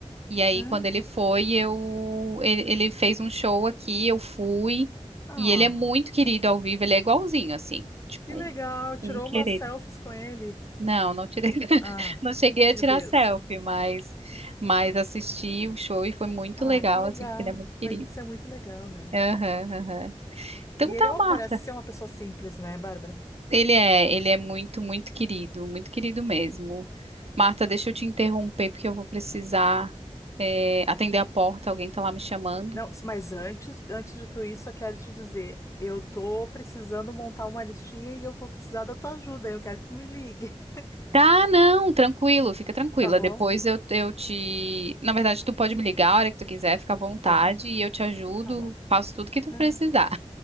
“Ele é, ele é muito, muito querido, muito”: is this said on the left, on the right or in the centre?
Right